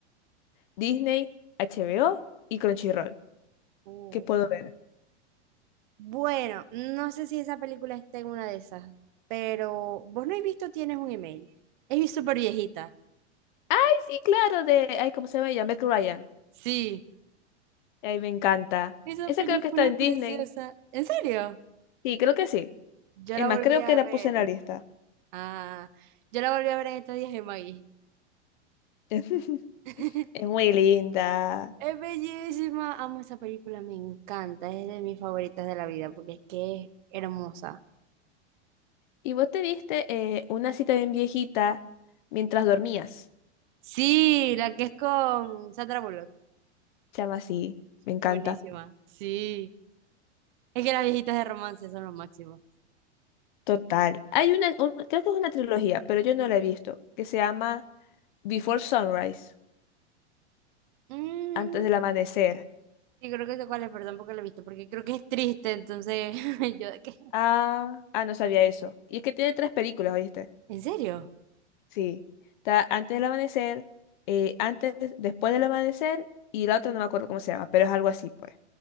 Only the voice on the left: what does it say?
Disney, HBO y Crunchyroll.
¿Qué puedo ver?
Ay, sí, claro, de... Ay, ¿cómo se llama ella? Meg Ryan.
Ay, me encanta.
Esa
creo que está en
Disney.
Sí, creo que sí.
Es
más,
creo
que la
puse en la lista.
<laughs>
Es muy linda.
¿Y vos te viste eh, una cita bien viejita mientras dormías?
Se llama así. Me encanta.
Total. Hay una, un- creo que es una trilogía, pero yo no la he visto, que se llama Before Sunrise,
antes del amanecer.
Ah, ah, no sabía eso. Y es que tiene tres películas, ¿oíste?
Sí, está antes del amanecer, eh, antes, después del amanecer y la otra no me acuerdo cómo se llama, pero es algo así, pues.